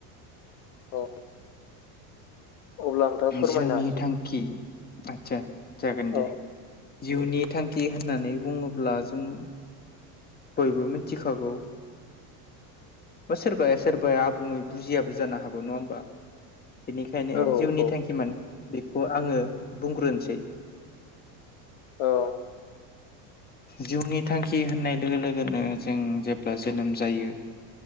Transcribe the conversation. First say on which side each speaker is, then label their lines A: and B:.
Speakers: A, on the left (about 60°); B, on the left (about 20°).
A: औ अब्ला नोंथाङा फोरमायनो
B: जिउनि
A: हासै
B: थांखि। आतसा जागोन दे।
A: औ
B: जिउनि थांखि होननानै बुङोब्ला जों बयबो मिथिखागौ। बा सोरबाया सोरबाया आबुङै बुजियाबो जानो हागौ नङा होमबा? बेनिखायनो
A: औ
B: जिउनि थांखि
A: नोंथां
B: मानो बे बेखौ आङो बुंग्रोनोसै।
A: औ।
B: जिउनि थांखि होननाय लोगो लोगोनो जों जेब्ला जोनोम जायो।